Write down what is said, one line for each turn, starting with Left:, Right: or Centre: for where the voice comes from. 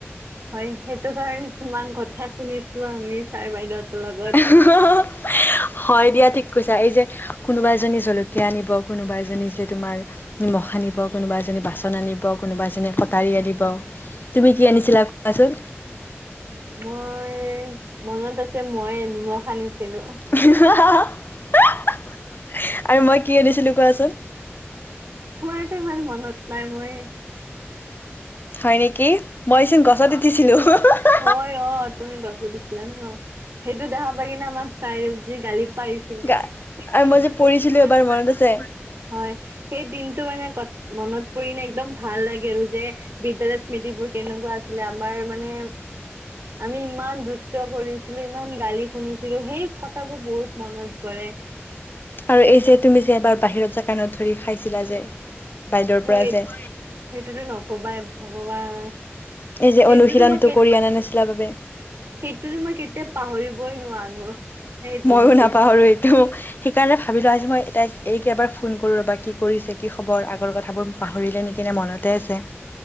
Right: হয় সেইটো কাৰণে কিমান কথা শুনিছো আমি ছাৰ বাইদেউহঁতৰ লগত।
Left: <unintelligible> হয় দিয়া ঠিক কৈছা এই যে কোনোবা এজনী জলকীয়া আনিব কোনোবা এজনী যে তোমাৰ নিমখ আনিব কোনোবা এজনী বাচন আনিব কোনোবা এজনী কটাৰী আনিব। তুমি কি আনিছিলা কোৱাচোন।
Right: মই মনত আছে মই নিমখ আনিছিলো।
Left: <unintelligible> আৰু মই কি আনিছিলো কোৱাচোন।
Right: তোমাৰতো ইমান মনত নাই মই
Left: হয় নেকি মইচোন গছত উঠিছিলো <unintelligible>
Right: হয় অ তুমি গছত উঠিছিলা ন সেইটো দেখা পাই কিনে আমাক চাইৰূপ যি গালি পাৰিছিলে
Left: গা
Right: সেই
Left: আৰু
Right: দিনটো
Left: মই যে
Right: বহুত
Left: পৰিছিলো
Right: মনত
Left: এবাৰ
Right: পৰে
Left: আছে
Right: হয়। সেই দিনটো মানে কত মনত পৰিলে একদম ভাল লাগে আৰু যে বিদ্যালয়ৰ স্মৃতিবোৰ কেনেকুৱা আছিলে আমাৰ মানে আমি ইমান দুষ্ট কৰিছিলো ইমান গালি শুনিছিলো সেই কথাবোৰ বহুত মনত পৰে।
Left: আৰু এই যে তুমি যে এবাৰ বাহিৰত জে কাণত ধৰি খাইছিলা যে বাইদেউৰ
Right: হয়
Left: পৰা যে
Right: সেইটোতো নকবাই ভগৱান।
Left: এই যে
Right: সেইটোতো
Left: অনুশীলনটো
Right: মই কেত
Left: কৰি আনা নাছিলা বাবে।
Right: সেইটোতো মই কেতিয়া পাহৰিবই নোৱাৰো। সেই দিনটো
Left: মইও নাপাহাৰো
Right: মই
Left: এইটো। সেইকাৰণে ভাবিলোঁ আজি মই তাইক এইক এবাৰ ফোন কৰোঁ ৰ'বা কি কৰিছে কি খবৰ আগৰ কথাবোৰ পাহৰিলে নেকি নে মনত তে আছে।